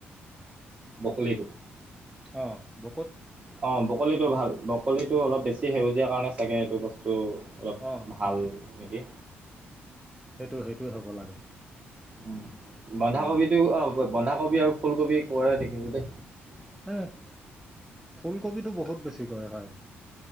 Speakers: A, on the right; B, in the centre.
A: বকলিটো
B: অ ব
A: অ ব্ৰকলিটো ভাল ব্ৰকলিটো অলপ বেছি সেউজীয়া কাৰণে চাগে এইটো বস্তু অলপ
B: অ
A: ভাল
B: অ
A: নেকি?
B: সেইটো সেইটোৱে হ'ব লাগে।
A: উম বন্ধাকবি
B: উম
A: টো অ বন্ধাকবি আৰু ফুলকবি কৰে দেখিছোঁ দে
B: হ ফুলকবি টো বহুত বেছি কৰে হয়।